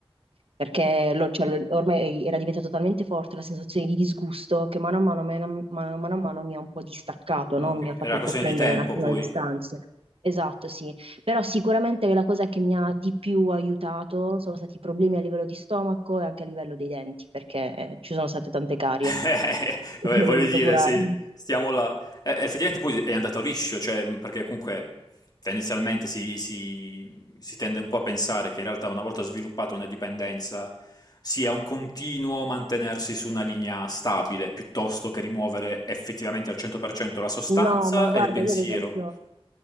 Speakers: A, on the right; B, on the left.
A: perché lo- cioè, lo- ormai era diventata talmente forte la sensazione di disgusto che mano a mano, mano, mano- mano a mano mi ha un po' distaccato,
B: ok,
A: no? Mi ha fatto
B: era
A: un
B: questione
A: po' prendere
B: di tempo
A: un attimo
B: poi.
A: le distanze. Esatto, sì. Però sicuramente la cosa che mi ha di più aiutato sono stati i problemi a livello di stomaco e anche a livello dei denti, perché eh, ci sono state tante carie
B: Eh, <laughs>
A: che
B: Vabbè,
A: ho dovuto
B: voglio dire,
A: curare.
B: se stiamo là, eh, effettivamente poi è andato liscio, cioè, perché comunque tendenzialmente si, si- si tende un po' a pensare che in realtà una volta sviluppata una dipendenza sia un continuo mantenersi su una linea stabile, piuttosto che rimuovere effettivamente al 100% la sostanza
A: No, ma guarda,
B: e il pensiero,
A: io ad esempio...